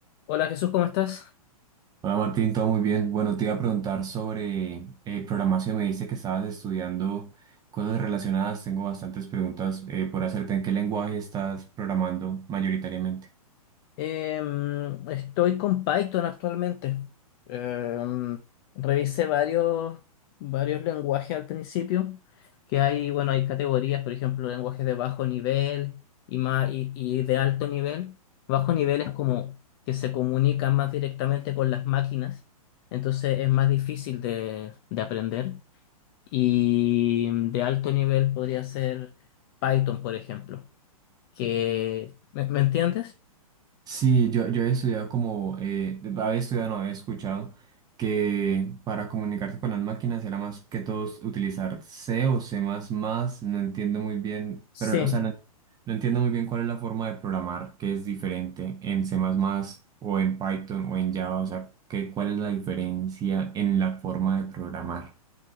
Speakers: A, on the left; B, on the right.
A: Hola Jesús, ¿cómo estás?
B: Hola Martín, todo muy bien. Bueno, te iba a preguntar sobre eh, programación. Me dice que estabas estudiando cosas relacionadas. Tengo bastantes preguntas eh, por hacerte. ¿En qué lenguaje estás programando mayoritariamente?
A: Em, estoy con Python actualmente. Em, revisé varios, varios lenguajes al principio, que hay, bueno, hay categorías, por ejemplo, lenguajes de bajo nivel y, más, y, y de alto nivel. Bajo nivel es como que se comunican más directamente con las máquinas, entonces es más difícil de, de aprender. Y de alto nivel podría ser Python, por ejemplo, que, ¿me me entiendes?
B: Sí, yo, yo he estudiado como, eh, había estudiado, no había escuchado que para comunicarse con las máquinas era más que todos utilizar C o C++, no entiendo muy bien,
A: Sí,
B: pero o sea, no, no entiendo muy bien cuál es la forma de programar que es diferente en C++ o en Python o en Java, o sea, que, cuál es la diferencia en la forma de programar.